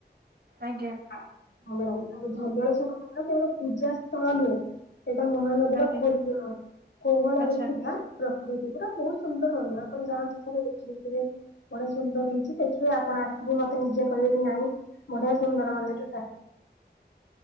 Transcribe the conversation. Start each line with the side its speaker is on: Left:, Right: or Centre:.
Right: ଆଜ୍ଞା
Left: ହଁ ମ୍ୟାଡ଼ମ ଆଉ ଧବଳେଶ୍ୱର ମନ୍ଦିର କେବଳ ପୂଜା ସ୍ଥଳ ନୁହେଁ। ଏଇଟା ମହାନଦୀର
Right: ଆଜ୍ଞା
Left: ଖୋଲ କୋହଳରେ
Right: ଆଚ୍ଛା
Left: ଥିବା ପ୍ରକୃତି ପୁରା ବହୁତ ସୁନ୍ଦର ବନ ଆପଣ ଯାଆନ୍ତୁ ଥରେ ଦେଖିବେ। ବେ ବଢିଆ ସୁନ୍ଦର ହେଇଛି ଦେଖିବେ ଆପଣ ଆସିବେ ମତେ ନିଜେ କହିବେ କି ନାଇଁ ବଢ଼ିଆ ସୁନ୍ଦର ମାନେ <unintelligible>